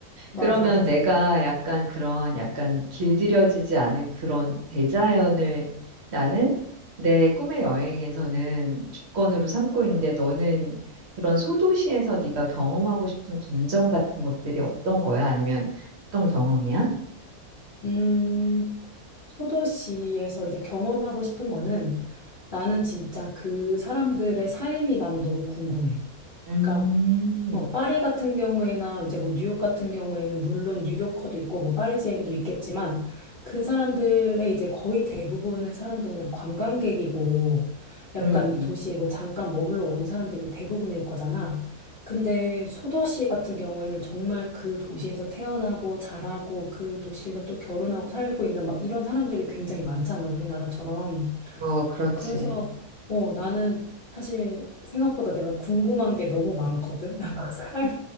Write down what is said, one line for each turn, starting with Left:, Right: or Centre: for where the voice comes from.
Left: 맞아,
Right: 그러면
Left: 맞아.
Right: 내가 약간 그런 약간 길들여지지 않은 그런 대자연을 나는 내 꿈의 여행에서는 조건으로 삼고 있는데 너는 그런 소도시에서 네가 경험하고 싶은 감정 같은 것들이 어떤 거야? 아니면 어떤 경험이야?
Left: 음. 소도시에서 이제 경험하고 싶은 거는 나는 진짜 그 사람들의 삶이 나는 너무 궁금해.
Right: 음,
Left: 그러니까 어, 파리 같은 경우에나 이제 뭐 뉴욕 같은 경우에는 물론 뉴요커도 있고 뭐 파리지앵도 있겠지만 그 사람들의 이제 거의 대부분의 사람들은 관광객이고 약간
Right: 응,
Left: 이
Right: 응.
Left: 도시에 뭐 잠깐 머물러 온 사람들이 대부분일 거잖아. 근데 소도시 같은 경우에는 정말 그 도시에서 태어나고 자라고 그 도시에서 또 결혼하고 살고 있는 막 이런 사람들이 굉장히 많잖아, 우리나라처럼.
Right: 어, 그렇지.
Left: 그래서 어, 나는 사실 생각보다 내가 궁금한 게 너무 많거든. <laughs> 사람-